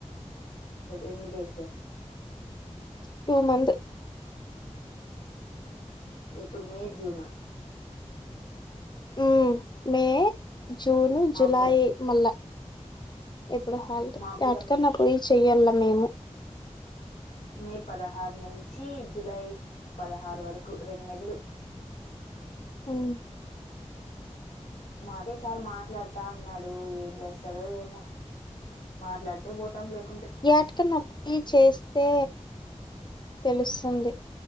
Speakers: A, on the left (about 80°); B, on the left (about 40°).
A: ఎన్ని డేస్
B: టూ మంత్
A: ఏప్పుడు మే జూన్
B: ఉ మే జూను
A: మాకు
B: జులై
A: కూడా
B: మళ్ళ ఎప్పుడు హాలిడే
A: మాకు
B: యాట్కన్న
A: కూడా మే
B: పోయి చెయ్యాల్ల మేము
A: మే పదహారు నుంచి జులై పదహారు వరకు రెండు నెల్లు
B: హ్మ్
A: మాకే సార్ మాట్లాడుతా అన్నాడు ఏం చేస్తాడో ఏమో మాట్లాడితే పోతాం లేక
B: యాట కన్నా పోయి చేస్తే తెలుస్తుంది